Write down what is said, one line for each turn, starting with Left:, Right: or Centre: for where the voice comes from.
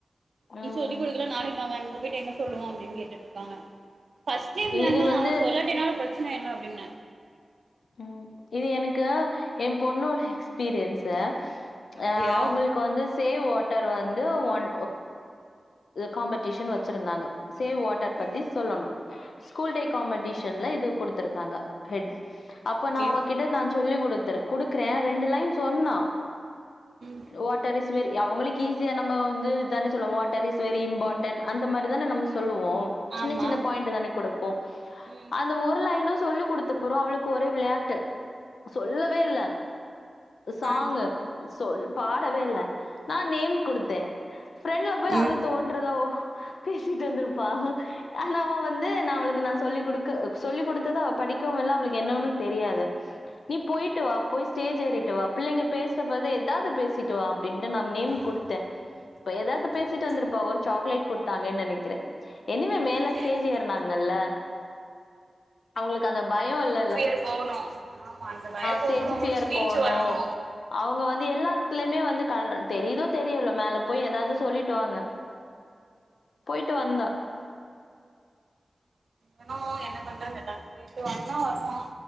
Left: ம்.
Right: நீ சொல்லி குடுக்கல நானே நாங்க அங்க போயிட்டு என்ன சொல்லுவோ அப்டின் கேட்டுட்டு இருக்காங்க ஃபஸ்ட் டைம் தான
Left: இது வந்து
Right: அவ சொல்லாட்டேனாலு பிரச் பிரச்சன இல்ல அப்டின்ன
Left: ம் இது எனக்கா எம் பொண்ணோட எக்ஸ்பீரியன்ஸ
Right: அப்டியா
Left: அ அவங்களுக்கு வந்து சேவ் வாட் டர் வந்து ஒன் காம்படிஷன் வச்சுருந்தாங்க சேவ் வாட்டர் பத்தி
Right: ம்
Left: சொல்லணு ஸ்கூல்டே காம்படிஷன்ல இது குடுத்துருந்தாங்க ஹெட் அப்ப
Right: ஓகே
Left: நா அவகிட்ட நா சொல்லி குடுத்துருக் குடுக்குற ரெண்டு லைன் சொன்னா
Right: ம்
Left: வாட்டரிஸ் வெரி அவங்களுக்கு ஈஸியா நம்ம வந்து இதானே சொல்வோ வாட்டர் இஸ் வெரி இம்பார்டன் அந்த மாரி தான நம்ம சொல்லுவோ இப்போ சின்ன
Right: ஆமா
Left: சின்ன பாயிண்ட் தானே கொடுப்போ
Right: ம்
Left: அந்த ஒரு லைனு சொல்லி கொடுடத்த பறோ அவுளுக்கு ஒரே விளையாட்டு சொல்லவே இல்ல சாங்
Right: ஆ
Left: சொல் பாடவே இல்ல நா நேம் குடுத்தே ஃப்ரண்ட்ல போய் அவளுக்
Right: ம்
Left: தோன்றதோ பேசிட்டு வந்திருப்பா ஆன அவ வந்து நா அவளுக்கு நா சொல்லி் கொடுக்க சொல்லிக் கொடுத்தத அவ படிக்கவுஇல்ல அவளுக்கு என்னன்னு தெரியாது நீ போயிட்டு வா போய் ஸ்டேஜ் ஏறிட்டு வா பிள்ளைங்க பேசுற போது எதாவது பேசிட்டு வா அப்டின்ட்டு நா நேம்
Right: ம்
Left: குடுத்தே எதாவது பேசிட்டு
Right: ஓகே.
Left: வந்திருப்பா ஒரு சாக்லேட் கொடுத்தாங்கன்னு நினைக்கிறே எனிவே மேல
Right: சேரி
Left: ஸ்டேஜ்
Right: சேரி
Left: ஏறனாங்கல்ல அவங்களுக்கு அந்த பயோ இல்ல
Right: ர் போகணு ஆமா அந்த பயோ போகணு
Left: ஸ்டேஜ்
Right: அவங்களுக்கு
Left: ஃபியர்
Right: ஸ்பீச்சு
Left: போணும்.
Right: வரணு
Left: அவங்க வந்து எல்லாத்துலயுமே வந்து க தெரியுதோ தெரியல மேல போய் ஏதாவது சொல்லிட்டு வாங்க போயிட்டு வந்தா
Right: இவனு என்ன பண்றங்கட்டா போயிட்டு வரனா வருவோ